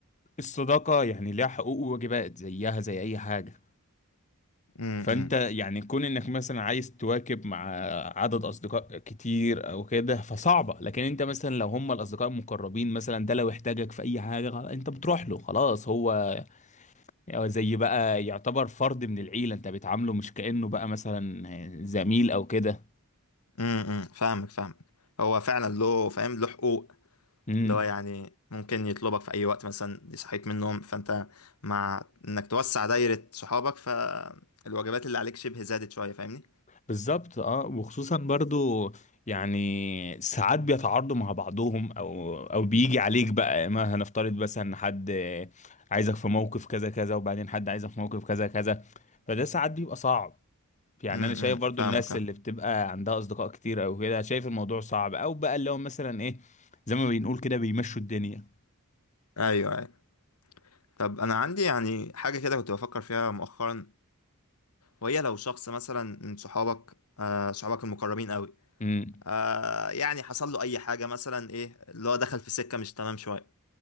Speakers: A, on the left; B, on the left.
A: الصداقة يعني ليها حقوق وواجبات زيها زي أي حاجة
B: امم
A: فأنت يعني كون إنك مثلا عايز تواكب مع عدد أصدقاء كتير أو كده فصعبة لكن أنت مثلا لو هم الأصدقاء المقربين مثلا ده لو احتاجك في أي حاجة خلاص أنت بتروح له خلاص هو زي بقى يعتبر فرد من العيلة أنت بتعامله مش كأنه بقى مثلا زميل أو كده
B: امم فاهمك فاهمك هو فعلا له فاهم له حقوق
A: امم
B: اللي هو يعني ممكن يطلبك في اي وقت مثلا دي صحيت من النوم فانت مع انك توسع دايره صحابك فالواجبات اللي عليك شبه زادت شويه فاهمني
A: بالظبط اه وخصوصا برضو يعني ساعات بيتعارضوا مع بعضهم او او بيجي عليك بقى ما هنفترض بس ان حد عايزك في موقف كذا كذا وبعدين حد عايزك في موقف كذا كذا فده ساعات بيبقى صعب يعني
B: امم
A: انا شايف برضو
B: فاهمك
A: الناس
B: فاهم.
A: اللي بتبقى عندها اصدقاء كتير او كده شايف الموضوع صعب او بقى اللي هو مثلا ايه زي ما بنقول كده بيمشوا الدنيا
B: ايوه ايوه طب انا عندي يعني حاجه كده كنت بفكر فيها مؤخرا وهي لو شخص مثلا من صحابك آه صحابك المقربين قوي
A: امم
B: آه يعني حصل له اي حاجه مثلا ايه اللي هو دخل في سكه مش تمام شويه